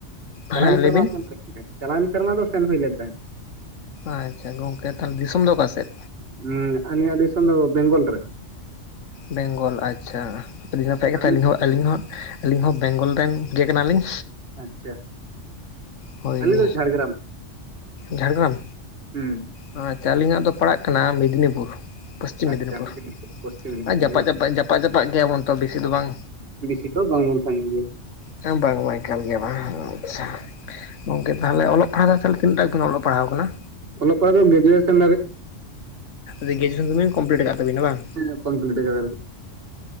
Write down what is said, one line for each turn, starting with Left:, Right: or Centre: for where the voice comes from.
Right: ᱪᱟᱞᱟᱣ
Left: ᱦᱮᱸ
Right: ᱮᱱ
Left: ᱞᱟᱹᱭ
Right: ᱥᱮᱨᱢᱟ
Left: ᱵᱤᱱ
Right: <inaudible> ᱪᱟᱞᱟᱣ ᱮᱱ ᱥᱮᱨᱢᱟ ᱫᱚ ᱥᱮᱱ ᱦᱩᱭ ᱞᱮᱱ ᱛᱟᱦᱮᱸᱫ
Left: ᱟᱪᱪᱷᱟ ᱜᱚᱝᱠᱮ ᱛᱟᱦᱚᱞᱮ ᱫᱤᱥᱚᱢ ᱫᱚ ᱚᱠᱟ ᱥᱮᱫ
Right: ᱩᱸᱜ ᱟᱹᱞᱤᱧᱟᱜ ᱫᱤᱥᱚᱢ ᱫᱚ ᱵᱮᱝᱜᱚᱞᱨᱮ
Left: ᱵᱮᱝᱜᱚᱞ ᱟᱪᱪᱷᱟ ᱟᱹᱰᱤ ᱱᱟᱯᱟᱭ ᱠᱟᱛᱷᱟ
Right: ᱟᱹᱵᱤᱱ
Left: ᱟᱞᱤᱧ ᱦᱚᱸ ᱟᱹᱞᱤᱧ ᱦᱚᱸ ᱟᱹᱞᱤᱧ ᱦᱚᱸ ᱵᱮᱝᱜᱚᱞ ᱨᱮᱱ ᱜᱮ ᱠᱟᱱᱟᱞᱤᱧ
Right: ᱟᱪᱪᱷᱟ
Left: ᱦᱳᱭ
Right: ᱟᱹᱞᱤᱧ ᱫᱚ ᱡᱷᱟᱲᱜᱨᱟᱢ
Left: ᱡᱷᱟᱲᱜᱨᱟᱢ
Right: ᱦᱩᱸ
Left: ᱟᱪᱪᱷᱟ ᱟᱹᱞᱤᱧᱟᱜ ᱫᱚ ᱯᱟᱲᱟᱜ ᱠᱟᱱᱟ ᱢᱮᱫᱽᱱᱤᱯᱩᱨ ᱯᱚᱥᱪᱤᱢ
Right: ᱟᱪᱪᱷᱟ
Left: ᱢᱮᱫᱽᱱᱤᱯᱩᱨ
Right: ᱯᱚᱥᱪᱤᱢ ᱢᱮᱫᱽᱱᱤᱯᱩᱨ
Left: ᱟᱨ ᱡᱟᱯᱟᱜ
Right: ᱵᱟᱝ
Left: ᱡᱟᱯᱟᱜ ᱡᱟᱯᱟᱜ ᱡᱟᱯᱟᱜ ᱜᱮᱭᱟᱵᱚᱱ ᱛᱚ ᱵᱤᱥᱤ ᱫᱚ ᱵᱟᱝ
Right: ᱵᱤᱥᱤ ᱫᱚ ᱵᱟᱝ ᱵᱚᱱ ᱥᱟᱹᱜᱤᱧ ᱜᱮᱭᱟ᱾
Left: ᱦᱮᱸ ᱵᱟᱝᱢᱟ ᱮᱠᱟᱞ ᱜᱮᱭᱟ ᱵᱟᱝ <inaudible> ᱜᱚᱝᱠᱮ ᱛᱟᱦᱚᱞᱮ ᱚᱞᱚᱜ ᱯᱟᱲᱦᱟᱣ ᱫᱚ ᱛᱤᱱᱟᱹᱜ ᱴᱟ ᱵᱤᱱ ᱚᱞᱚᱜ ᱯᱟᱲᱦᱟᱣ ᱟᱠᱟᱱᱟ
Right: ᱚᱞᱚᱜ ᱯᱟᱲᱦᱟᱜ ᱫᱚ ᱜᱨᱮᱡᱩᱭᱮᱥᱚᱱ ᱫᱷᱟᱹᱨᱤᱡ
Left: ᱜᱨᱮᱡᱩᱭᱮᱥᱚᱱ ᱫᱚᱵᱤᱱ ᱠᱚᱢᱯᱞᱤᱴ ᱠᱟᱫ ᱛᱟᱵᱤᱱᱟ ᱵᱟᱝ
Right: ᱦᱮᱸ ᱠᱚᱢᱯᱞᱤᱴ ᱟᱠᱟᱫᱟᱞᱤᱧ